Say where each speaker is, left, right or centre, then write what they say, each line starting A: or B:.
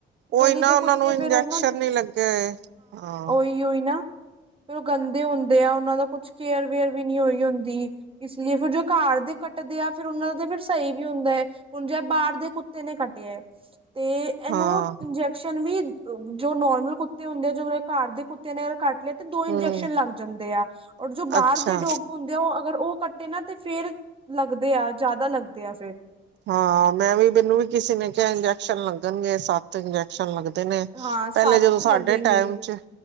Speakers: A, on the right (about 65°); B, on the right (about 25°).
A: ਓਈ,
B: ਗਲੀ
A: ਨਾ
B: ਦੇ
A: ਓਨਾਂ
B: ਕੁੱਤੇ
A: ਨੂੰ ਇੰਜੈਕਸ਼ਨ
B: ਫੇਰ ਉਹ
A: ਨੀ ਲੱਗੇ ਹੋਏ, ਹਾਂ
B: ਕੀ, ਓ, ਈ, ਨਾ? ਕਿ ਓ ਗੰਦੇ ਹੁੰਦੇ ਆ, ਓਨਾਂ ਦਾ ਕੁਛ ਕੇਅਰ- ਵੇਅਰ ਵੀ ਨਈ ਹੋਈ ਹੁੰਦੀ। ਇਸ ਲਈ ਫਿਰ ਜੋ ਘਾਰ ਦੇ ਕੱਟਦੇ ਆ, ਫਿਰ ਉਨਾਂ ਦਾ ਫਿਰ ਸਹੀ ਵੀ ਹੁੰਦਾ ਏ। ਹੁਣ ਜੇ ਬਾਰ ਦੇ ਕੁੱਤੇ ਨੇ ਕੱਟਿਆ ਏ ਤੇ ਏਨੂੰ
A: ਹਾਂ
B: ਇੰਜੈਕਸ਼ਨ ਵੀ ਜੋ ਨੋਰਮਲ ਕੁੱਤੇ ਹੁੰਦੇ ਆ, ਜੋ ਘਰ ਦੇ ਕੁੱਤੇ ਨੇ ਅਗਰ ਘੱਟ ਤੇ ਦੋ ਇੰਜੈਕਸ਼ਨ
A: ਹੂੰ
B: ਲੱਗ ਜਾਂਦੇ ਆ, ਔਰ ਜੋ ਬਾਹਰ
A: ਅੱਛਾ
B: ਦੇ ਡੋਗ ਹੁੰ ਤੇ ਉਹ ਅਗਰ ਉਹ ਕੱਟੇ ਨਾ ਤੇ ਫੇਰ ਲੱਗਦੇ ਆ, ਜ਼ਾਦਾ ਲੱਗਦੇ ਆ ਫੇਰ।
A: ਹਾਂ ਮੈਂ ਵੀ ਮੈਨੂੰ ਵੀ ਕਿਸੇ ਨੇ ਕੇਆ, ਇੰਜੈਕਸ਼ਨ ਲੱਗਣਗੇ ਸੱਤ। ਹੁਣ ਤੇ ਇੰਜੈਕਸ਼ਨ ਲੱਗਦੇ ਨੇ,
B: ਹਾਂ
A: ਪੇਲੇ
B: ਸੱਤ
A: ਜਦੋਂ
B: ਤੇ ਲੱਗੇਗੇ
A: ਸਾਡੇ ਟਾਈਮ
B: ਹੀ
A: ਚ